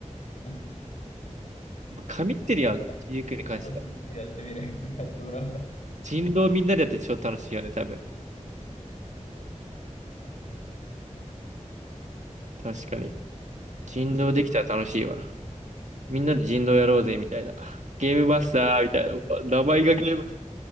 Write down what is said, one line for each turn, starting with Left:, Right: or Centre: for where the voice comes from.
Left: <laughs>
Right: もう神ってるやん、
Left: また、
Right: g ヒックに関しては。
Left: また G ヒョクやってみる。<laughs> やってもらおうか。
Right: 人狼みんなでやって超楽しいよね、多分。確かに。人狼できたら楽しいわ。
Left: うん
Right: みんなで人狼やろうぜ、みたいな。ゲームマスターみたいな。名前がゲーム、